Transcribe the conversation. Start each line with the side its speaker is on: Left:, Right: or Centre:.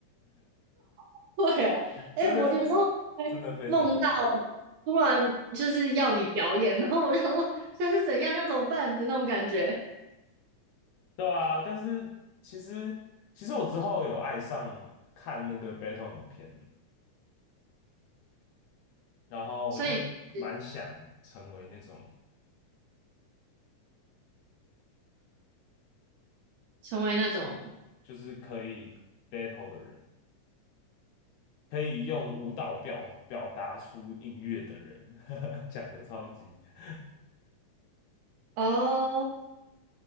Right: <laughs> 会哦，哎、
Left: 真的
Right: 我有时候会梦到
Left: 真的非常尴尬。
Right: 突然就是要你表演，然后我就想说现在是怎样，要怎么办的那种感觉。
Left: 对啊，但是其实其实我之后有爱上看那个 battle 影片，然后我就蛮想成为那种
Right: 所以是成为那种
Left: 就是可以 battle 的人。可以用舞蹈表表达出音乐的人，<laughs> 讲的超级。<laughs>
Right: 哦，